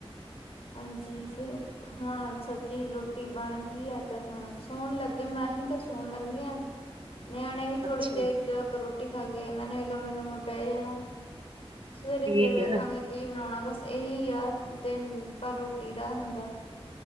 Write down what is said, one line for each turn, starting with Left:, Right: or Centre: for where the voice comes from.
Left: ਹਾਂਜੀ, ਫਿਰ ਹੁਣ ਸਬਜ਼ੀ ਰੋਟੀ ਬਣ ਗਈ ਆ ਤੇ ਹੁਣ ਸੋਣ ਲੱਗੇ ਮੈਂ ਹੀ ਤਾਂ ਸੋਣ ਲੱਗੇ ਆਂ। ਨਿਆਣੇ ਵੀ ਥੋੜ੍ਹੀ
Right: ਅੱਛਾ
Left: ਦੇਰ ਚ, ਰੋਟੀ ਖਾ ਕੇ ਇਹਨਾਂ ਨੇ ਵੀ ਲੰਮੇ ਲੋਮੇ ਪੈ ਜਾਣਾ। ਸਵੇਰੇ
Right: ਠੀਕ
Left: ਫੇਰ ਵੇਖਾਂਗੇ,
Right: ਹੈ।
Left: ਕੀ ਬਣਾਉਣਾ ਬਸ ਇਹੀ ਆ ਦਿਨ ਭਰ ਰੋਟੀ ਦਾ ਹੁੰਦਾ।